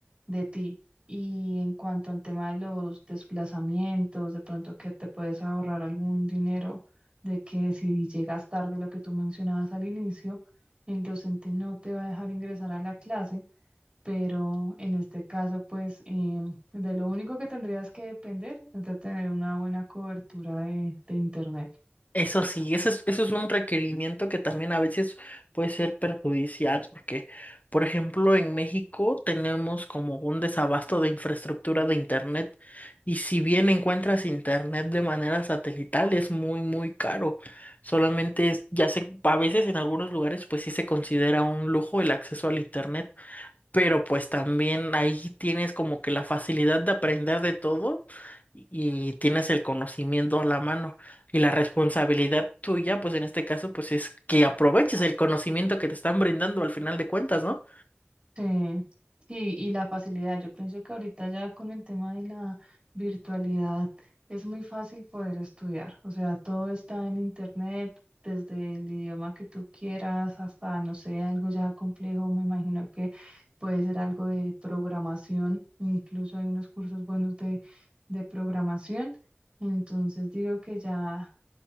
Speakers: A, on the right; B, on the left.
A: de ti. Y en cuanto al tema de los desplazamientos, de pronto que te puedes ahorrar algún dinero, de que si llegas tarde, lo que tú mencionabas al inicio, el docente no te va a dejar ingresar a la clase pero en este caso, pues em, de lo único que tendrías que depender es de tener una buena cobertura de, de internet.
B: Eso sí, eso es, eso es un requerimiento que también a veces puede ser perjudicial, porque, por ejemplo, en México tenemos como un desabasto de infraestructura de Internet, y si bien encuentras Internet de manera satelital, es muy, muy caro. Solamente es- ya se, a veces en algunos lugares, pues sí se considera un lujo el acceso al Internet, pero pues también ahí tienes como que la facilidad de aprender de todo y y tienes el conocimiento a la mano. Y la responsabilidad tuya, pues en este caso, pues es que aproveches el conocimiento que te están brindando al final de cuentas, ¿no?
A: Sí, sí, y la facilidad. Yo pienso que ahorita ya con el tema de la virtualidad es muy fácil poder estudiar. O sea, todo está en internet, desde el idioma que tú quieras hasta, no sé, algo ya complejo. Me imagino que puede ser algo de programación. Incluso hay unos cursos buenos de, de programación. Entonces digo que ya